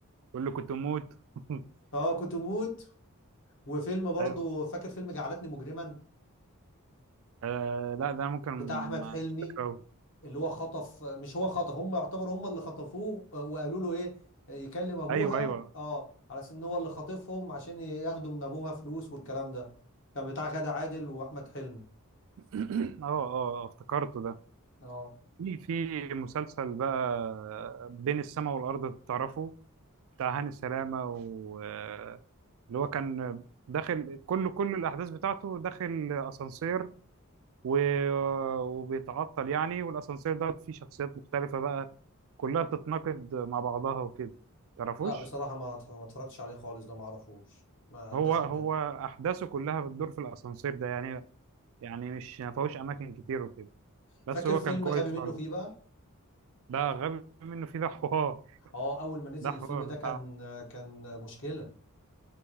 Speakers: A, on the right; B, on the left.
A: يقول له كنت أموت <laughs>
B: اه كنت موت وفيلم برضو
A: أيوه
B: فاكر فيلم جعلتني مجرما
A: آه لا ده ممكن
B: بتاع أحمد
A: ما-
B: حلمي
A: مش فاكره أوي.
B: اللي هو خطف مش هو خطف هم يعتبروا هم اللي خطفوه آه، وقالوا له ايه آه، يكلم ابوها
A: أيوه أيوه
B: اه على اساس ان هو اللي خاطفهم عشان ياخدوا من ابوها فلوس والكلام ده كان بتاع غادة عادل واحمد حلمي
A: <clears throat> اه اه آه، افتكرته ده
B: اه
A: في في مسلسل بقى بين السماء والأرض تعرفه بتاع هاني سلامة و اللي هو كان داخل كل كل الأحداث بتاعته داخل أسانسير و... وبيتعطل يعني والأسانسير ده فيه شخصيات مختلفة بقى كلها بتتناقض مع بعضها وكده تعرفوش
B: لا بصراحة ما ات- ما اتفرجتش عليه خالص ده ما اعرفوش ما عداش
A: هو هو
B: قدامي
A: أحداثه كلها بتدور في الأسانسير ده يعني يعني مش ما فيهوش أماكن كتير وكده بس
B: فاكر
A: هو
B: فيلم
A: كان كويس
B: غبي منه
A: برضه
B: فيه بقى
A: ده غبي منه فيه ده حوار
B: اه اول ما نزل
A: ده حوار
B: الفيلم ده كان آه، كان مشكلة